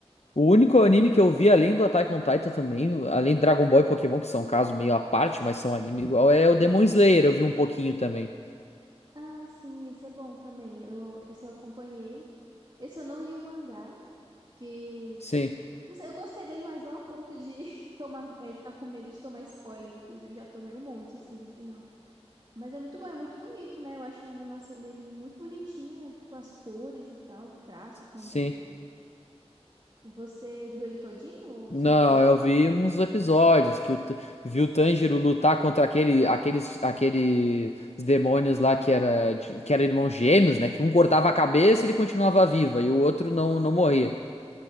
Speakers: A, on the left (about 80°); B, on the right (about 40°).
A: O único anime que eu vi além do Attack on Titan também, além de Dragon Ball e Pokémon, que são um caso meio à parte, mas são anime igual, é o Demon Slayer, eu vi um pouquinho também.
B: Ah, sim, esse é bom também. Eu, esse eu acompanhei. Esse eu não li o mangá, que
A: Sim,
B: não sei, eu gostei dele, mas não a ponto de <laughs> tomar, é, ficar com medo de tomar spoiler. Inclusive, já tomei um monte, assim, do final. Mas é muito bom, é muito bonito, né? Eu acho a animação dele muito bonitinha, tipo, as cores e tal, o traço também.
A: sim.
B: Você viu ele todinho ou
A: Não,
B: só alguma
A: eu
B: parte?
A: vi uns episódios que o, T- vi o Tanjiro lutar contra aquele, aqueles, aqueles demônios lá que era, de- que era irmãos gêmeos, né? Que um cortava a cabeça e ele continuava viva e o outro não,
B: Hum,
A: não morria.